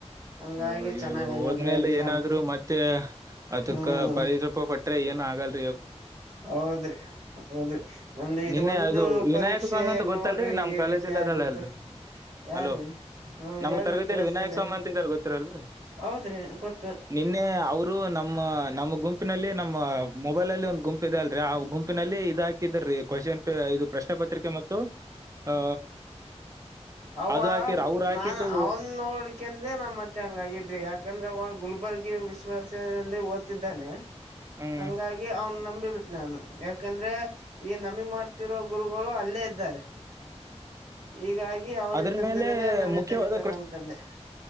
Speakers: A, on the right; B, on the right.
A: ಹಂಗಾಗಿ
B: ಹಾ ಇವಾಗ
A: ಚೆನ್ನಾಗ್ ಆಗಲ್ರಿ
B: ಹೋದ್ಮೇಲೆ
A: ಎಕ್ಸಾಮ್
B: ಏನಾದ್ರು ಮತ್ತೆ ಅದುಕ್ಕ
A: ಹ್ಮ್
B: ಪರಿಜ ತು ಪಟ್ರೆ ಏನ್ ಆಗಲ್
A: ಹೌದ್ರಿ ಹೌದ್ರಿ ನನ್ದು ಇದು
B: ನಿನ್ನೆ
A: ಒಂದು
B: ಅದು ವಿನಾಯಕ
A: ಪರೀಕ್ಶ್
B: ಸ್ವಾಮಿ
A: ತೇ
B: ಅಂತ
A: ನೋಡ್ರಿ
B: ಗೊತ್ತಲ್ರಿ ನಮ್
A: ಈ
B: ಕಾಲೇಜಲ್ಲಿ
A: ರೀತಿ ಆಬಿಡ್ತು.
B: ಅದಲ್ಲ ಅಲ್ರಿ
A: ಯಾರ್ರಿ
B: ಹಲೋ
A: ಹ್ಮ್
B: ನಮ್ಮ
A: ಹೇಳ್ರಿ
B: ತರಗತಿಯಲ್ಲಿ
A: ಕೇಳಿಸ್ತಿದೆ.
B: ವಿನಾಯಕ ಸ್ವಾಮಿ ಅಂತ ಇದಾರೆ ಗೊತ್ತಿರಲ್ರಿ
A: ಹೌದ್ರಿ ಗೊತ್ತು.
B: ನಿನ್ನೆ ಅವರು ನಮ್ಮ ನಮ್ಮ ಗುಂಪಿನಲ್ಲಿ ನಮ್ಮ ಮೊಬೈಲ್ ಅಲ್ಲಿ ಒಂದ್ ಗುಂಪ್ ಇದೆ ಅದ್ <unintelligible> ಆ ಗುಂಪಿನಲ್ಲಿ ಇದ ಹಾಕಿದ್ರೀ ಕ್ವಶನ್ ಪೇ ಇದು ಪ್ರಶ್ನೆ ಪತ್ರಿಕೆ ಮತ್ತು ಆ
A: ಅವಾ
B: ಅದು ಹಾಕಿರ್ ಅವ್ರು ಹಾಕಿದ್ದು
A: ನಾನ್ ಅವನ್ ನೋಡಿ ಕೆಂದೆ ನಾ ಮತ್ತೆ ಹಂಗಾಗಿದ್ ಯಾಕಂದ್ರೆ ಅವ ಗುಲ್ಬರ್ಗದ ವಿಶ್ವ ವಿದ್ಯಾಲಯದಲ್ಲಿ ಓದ್ತಿದ್ದಾನೆ.
B: ಹ್ಮ್
A: ಹಂಗಾಗಿ ಅವ್ನ್ ನಂಬಿ ಬಿಟೆ ನಾನು ಯಾಕಂದ್ರೆ ಈ ನಮಿ ಮಾಡ್ತಿರೋ ಗುರುಗಳು ಅಲ್ಲೇ ಇದ್ದಾರೆ. ಹೀಗಾಗಿ ಅವ್ರಿಗ್
B: ಅದ್ರ
A: ತೆಗ್ದಿರೋದೇ
B: ಮೇಲೆ
A: ನಮ್ಮೇ
B: ಮುಖ್ಯವಾದ
A: ತೆಗಿತಾರ ಅನ್ಕಂದೆ